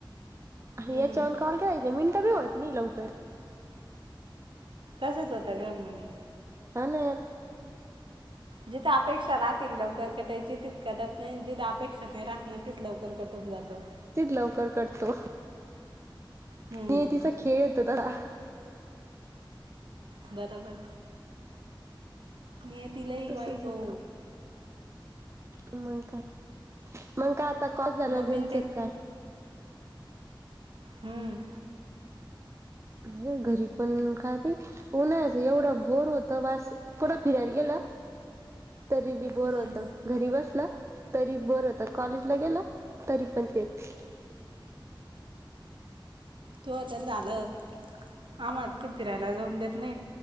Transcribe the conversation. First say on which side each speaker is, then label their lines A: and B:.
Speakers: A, on the right (about 70°); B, on the right (about 35°).
A: हम्म
B: याच्यावर कॉल काय मिनटं बी होत नाही लवकर.
A: तसच होत ग मुनी.
B: हा ना.
A: जिथे अपेक्षा राहतील लवकर कटायची तिथ कटत नाही. जिथ अपेक्षा नाही राहत नाही तिथ लवकर कटून जातं.
B: तीच लवकर कटतो.
A: हम्म
B: नियतीचा खेळ येतो तला.
A: बरोबर. नियती लई
B: तसच
A: वाईट हो.
B: होत मग काय. मंग का आता कॉल झाल्या
A: मम्मीन
B: घरीच
A: त्यान
B: चेक काय.
A: हम्म.
B: ह घरी पण काय बी उन्हांचं एवढा बोर होत. बास. कुठं फिरायला गेला. तरी बी बोर
A: हम्म
B: होत. घरी बसला तरी बोर होत. कॉलेजला गेला तरी पण तेच.
A: तूह जर झालं. आम्हाला कुठ फिरायला जाऊन देत नाही.